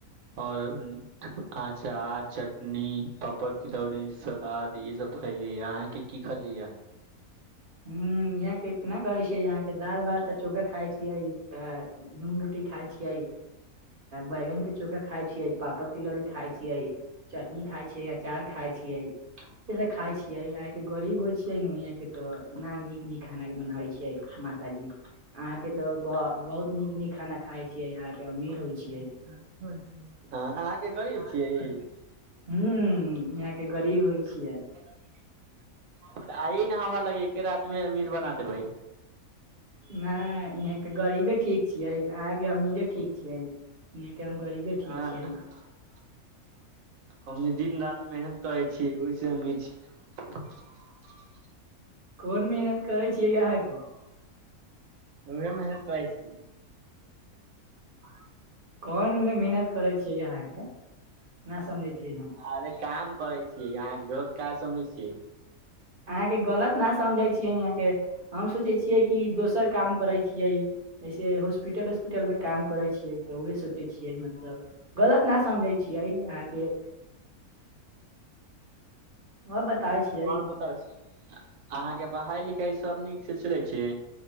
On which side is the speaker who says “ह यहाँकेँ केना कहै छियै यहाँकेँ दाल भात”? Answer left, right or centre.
Right